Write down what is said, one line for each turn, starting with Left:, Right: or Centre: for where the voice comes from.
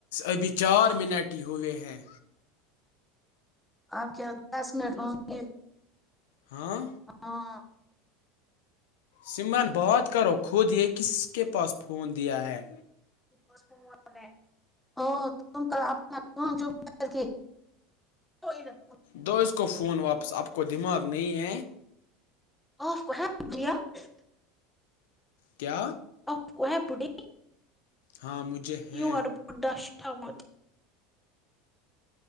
Left: ابھی چار منٹ ہی ہوئے ہیں
Centre: آپ کیا دس منٹ گے
Left: ہاں
Centre: ہاں
Left: سمن بات کرو خود یہ کس کے پاس فون دیا ہے
Centre: <inaudible> کوئی نہا
Left: دہس کو فون واپس اپ کوو دماغ نہیں ہیں
Centre: <inaudible>
Left: کیا
Centre: اور کو بڑی
Left: ہاں مجھے ہیں
Centre: یور بڈھا شتھمت